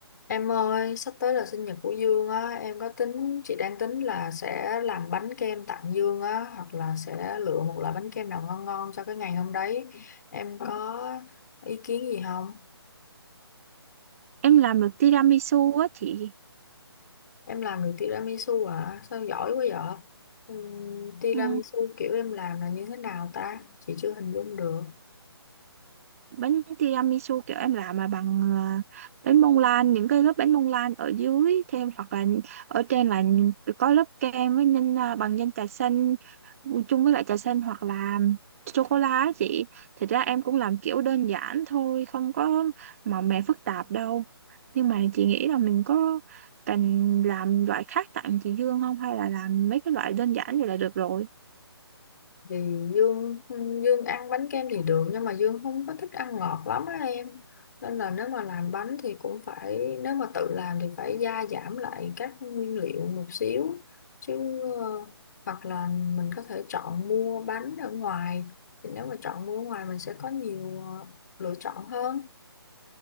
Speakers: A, on the left; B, on the right.
A: Em ơi, sắp tới là sinh nhật của Dương á, em có tính, chị đang tính là sẽ làm bánh kem tặng Dương á, hoặc là sẽ lựa một loại bánh kem nào ngon ngon cho cái ngày hôm đấy. Em có ý kiến gì không?
B: em làm được tiramisu á chị
A: Em làm được tiramisu à? Sao giỏi quá vậy? Ừm, tiramisu
B: ừ,
A: kiểu em làm là như thế nào ta? Chị chưa hình dung được.
B: bánh tiramisu kiểu em làm là bằng ờ, bánh bông lan những cái lớp bánh bông lan ở dưới thêm hoặc là ở trên là có lớp kem với nhân ờ, bằng nhân trà xanh ừ, chung với lại trà xanh hoặc là sô cô la á chị thật ra em cũng làm kiểu đơn giản thôi không có màu mè phức tạp đâu nhưng mà chị nghĩ là mình có cần làm loại khác tặng chị Dương không hay là làm mấy cái loại đơn giản vậy là được rồi
A: thì Dương Dương ăn bánh kem thì được nhưng mà Dương không có thích ăn ngọt lắm á em nên là nếu mà làm bánh thì cũng phải nếu mà tự làm thì phải gia giảm lại các nguyên liệu một xíu chứ ờ, hoặc là mình có thể chọn mua bánh ở ngoài thì nếu mà chọn mua ở ngoài mình sẽ có nhiều ờ, lựa chọn hơn